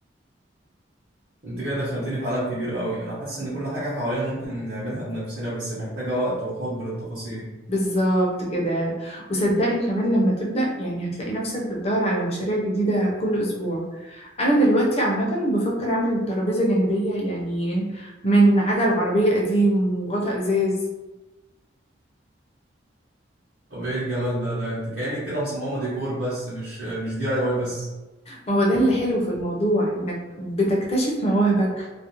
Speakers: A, on the right; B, on the left.
A: انت كده دخلتني في عالم كبير قوي انا حاسس ان كل حاجه حوالينا ممكن نعملها بنفسنا بس محتاجه وقت وحب للتفاصيل
B: بالظبط كده وصدقني كمان لما تبدأ يعني هتلاقي نفسك بتدور على مشاريع جديدة كل أسبوع أنا دلوقتي عامة بفكر أعمل ترابيزة جانبية يعني من عجل عربية قديم وغطاء إزاز
A: طب ايه الجمال ده ده انت كانك كده مصممه ديكور بس مش مش دي اي واي بس
B: ما هو ده اللي حلو في الموضوع إنك بتكتشف مواهبك